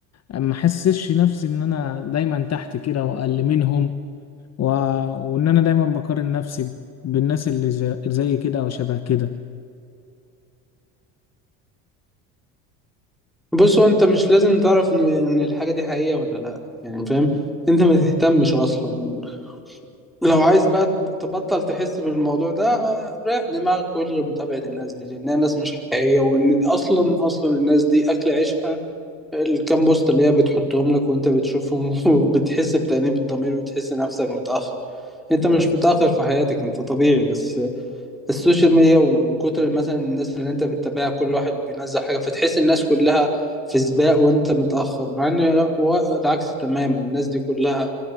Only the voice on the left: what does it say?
ما احسسش نفسي ان انا دايما تحت كده واقل منهم و... وان انا دايما بقارن نفسي بالناس اللي زي, زي كده او شبه كده